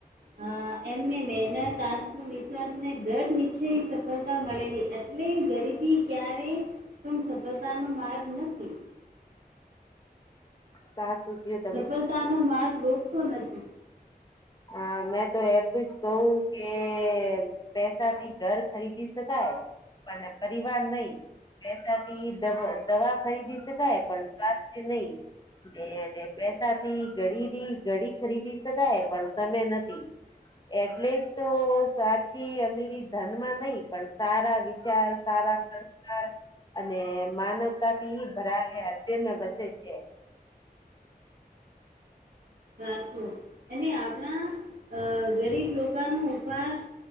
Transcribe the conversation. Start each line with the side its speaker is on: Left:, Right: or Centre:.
Right: હા એમને મહેનત આત્મવિશ્વાસને દૃઢ નિશ્ચય સફળતા મળેલી એટલે ગરીબી ક્યારેય પણ સફળતાનો માર્ગ નથી
Left: સાચું કીધું
Right: સફળતા નો માર્ગ રોકતો નથી
Left: હા મેં તો એટલું જ કહું કે પેસા થી ઘર ખરીદી શકાય પણ પરિવાર નહી એ દ દવા ખરીદી તો કાય પણ સ્વાસ્થ્ય નહી બ એ પેસાથી ઘડીની ઘડી ખરીદી શકાય પણ તમે સમય એટલે જ તો સાચી અમીરી ધનમાં નહી પણ સારા વિચાર સારા સંસ્કાર અને માનવતાથી ભરાયા તેમને વસે છે
Right: સાચું અને આપણા અ ગરીબ લોકો ન ઉપાર